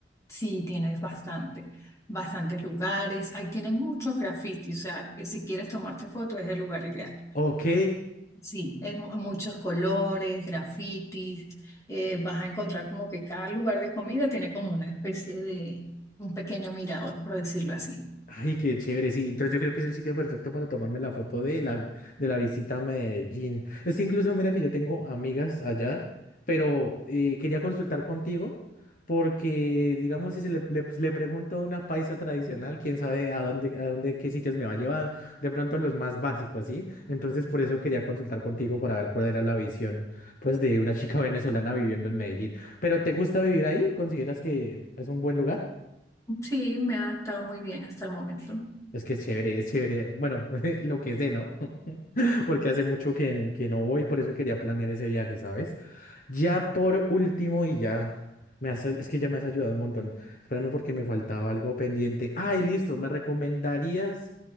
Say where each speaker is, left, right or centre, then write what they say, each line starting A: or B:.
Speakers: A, on the left; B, on the left.
A: sí, tienes bastante, bastantes lugares. Ahí tienen muchos grafitis, o sea, eh, si quieres tomarte fotos es el lugar ideal.
B: Ok,
A: Sí, es mu- muchos colores, grafitis, eh, vas a encontrar como que cada lugar de comida tiene como una especie de un pequeño mirador, por decirlo así.
B: Ay, qué chévere, sí. Entonces yo creo que es el sitio perfecto para tomarme la foto de la, de la visita a Medellín. Es que incluso mira que yo tengo amigas allá, pero eh, quería consultar contigo porque, digamos, si se le, le- le pregunto a una paisa tradicional, quién sabe a dónde, a dónde, qué sitios me va a llevar, de pronto los más básicos, ¿sí? Entonces por eso quería consultar contigo para ver cuál era la visión, pues, de una chica venezolana viviendo en Medellín. ¿Pero te gusta vivir ahí? ¿Consideras que es un buen lugar?
A: Sí, me ha adaptado muy bien hasta el momento.
B: Es que es chévere, es chévere. Bueno, <laughs> lo que sé, ¿no? <laughs> Porque hace mucho que, que no voy, por eso quería planear ese viaje, ¿sabes? Ya por último y ya. Me has- es que ya me has ayudado un montón. Espérame porque me faltaba algo pendiente. Ay, listo. ¿Me recomendarías